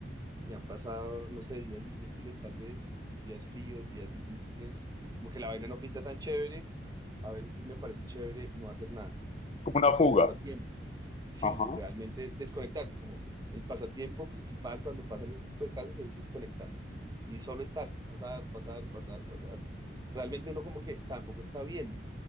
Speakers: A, on the right; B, on the left.
A: y han pasado, no sé, días difíciles tal vez, días fríos, días difíciles, como que la vaina no pinta tan chévere, a veces sí me parece chévere no hacer nada.
B: como
A: O sea,
B: una fuga,
A: de pasatiempo sí,
B: ajá.
A: realmente desconectarse, como el pasatiempo principal cuando pasan ese tipo de casos es desconectar y solo estar, pasar, pasar, pasar, pasar. Realmente uno como que tampoco está viendo,